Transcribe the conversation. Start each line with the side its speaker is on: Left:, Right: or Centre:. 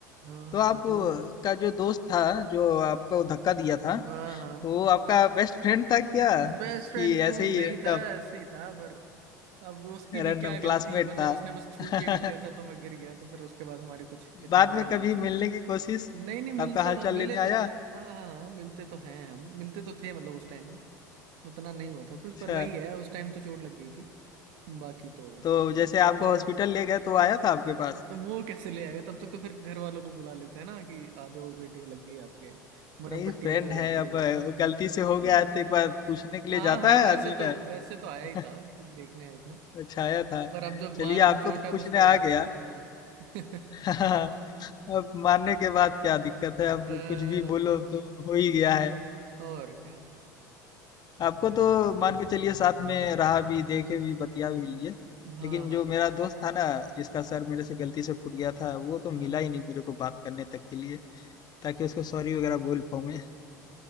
Right: हाँ
Left: तो
Right: यार
Left: आप
Right: वो
Left: का जो दोस्त था जो आपको धक्का दिया था,
Right: हाँ हाँ
Left: तो वो आपका बेस्ट फ्रेंड था क्या?
Right: बेस्ट फ्रेंड
Left: कि
Right: तो
Left: ऐसे
Right: नहीं
Left: ही रैंडम
Right: था ऐसे ही था पर अब उसकी
Left: रैंडम
Right: भी क्या गलती
Left: क्लासमेट
Right: मतलब
Left: था?
Right: उसने बस छू
Left: <laughs>
Right: के कर दिया था तो मैं गिर गया तो फिर उसके बाद हमारे कुछ इतना
Left: बाद
Right: हुआ
Left: में
Right: नहीं
Left: कभी
Right: उस चीज
Left: मिलने की कोशिश
Right: नहीं नहीं मिलते
Left: आपका हालचाल
Right: मिले
Left: लेने
Right: तो
Left: आया?
Right: थे हाँ हाँ हाँ मिलते तो हैं हम मिलते तो थे मतलब उस टाइम में उतना नहीं हुआ था कुछ
Left: अच्छा,
Right: पर वही है उस टाइम तो चोट लग गई थी बाकी तो
Left: तो जैसे
Right: यही है
Left: आपको हॉस्पिटल ले गए तो आया था आपके पास?
Right: तो वो कैसे ले आएगा तब तक तो फिर घर वालों को बुला लेते हैं ना कि आ जाओ बेटे को लग गई आपके मरहम
Left: नहीं
Right: पट्टी
Left: फ्रेंड
Right: वहीं हो जाती
Left: है अब
Right: है
Left: अ, गलती से हो गया
Right: अ,
Left: है तो एक बार पूछने के लिए
Right: हाँ
Left: जाता
Right: हाँ
Left: है
Right: वैसे
Left: आदमी
Right: तो
Left: ना।
Right: वैसे तो आया
Left: <laughs>
Right: ही था कि देखने देखने
Left: अच्छा आया था।
Right: पर अब जब
Left: चलिए
Right: मार दी
Left: आपको
Right: चोट
Left: तो पूछने
Right: अब उसके
Left: आ
Right: बाद क्या
Left: गया।
Right: मतलब है
Left: <laughs>
Right: <laughs>
Left: हाँ, अब मानने के बाद क्या दिक्कत है अब
Right: अ,
Left: कुछ भी
Right: अब
Left: बोलो
Right: तो,
Left: तो हो ही गया है
Right: और क्या
Left: आपको तो मान के चलिए साथ में रहा भी देखे भी बतिया भी लिए
Right: हाँ
Left: लेकिन
Right: हाँ
Left: जो मेरा दोस्त था ना जिसका सर मेरे से गलती से फूट गया था वो तो मिला
Right: हाँ
Left: ही नहीं मेरे को बात करने तक के लिए ताकि उसको सॉरी वगैरह बोल पाऊँ मैं